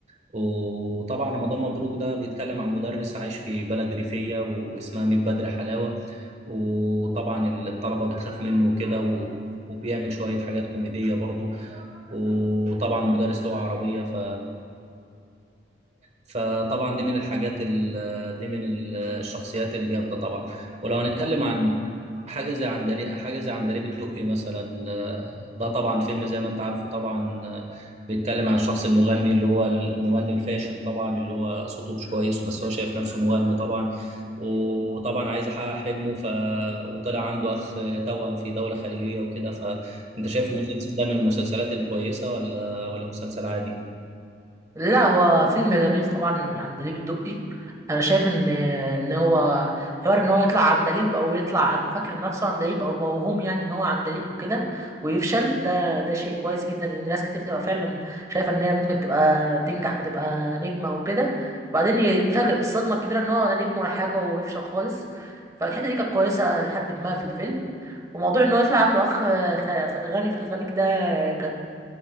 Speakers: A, on the right; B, on the right.
A: وطبعا رمضان مبروك ده بيتكلم عن مدرس عايش في بلد ريفية واسمها ميت بدر حلاوة وطبعا الطلبة بتخاف منه وكده و... وبيعمل شوية حاجات كوميدية برضو وطبعا هو مدرس لغة عربية ف فطبعا دي من الحاجات ال- دي من ال- الشخصيات الجامده طبعا ولو هنتكلم عن حاجه زي عندليب حاجه زي عندليب الدقي مثلا آه، ده طبعا فيلم زي ما انت عارفه طبعا آه، بيتكلم عن الشخص المغني اللي هو المغني الفاشل طبعا اللي هو صوته مش كويس بس هو شايف نفسه مغني طبعا وطبعا عايز يحقق حلمه ف... وطلع عنده اخ توأم في دوله خليجيه وكده فانت شايف المسلسل ده من المسلسلات الكويسه ولا ولا مسلسل عادي
B: لا هو فيلم جميل طبعا العندليب الدقي انا شايف ان ان هو حوار ان هو يطلع عندليب او يطلع عن فاكر نفسه عندليب او موهوم يعني ان هو عندليب وكده ويفشل ده ده شيء كويس جدا لان ناس كتير تبقى فعلا شايفه ان هي ممكن تبقى تنجح وتبقى نجمه وكده وبعدين يتفاجئ بالصدمه الكبيره ان هو لا نجم ولا حاجه ويفشل خالص فالحته دي كانت كويسه لحد ما في الفيلم وموضوع ان هو يطلع عنده اخ خ- خ- غني في الخليج ده كانت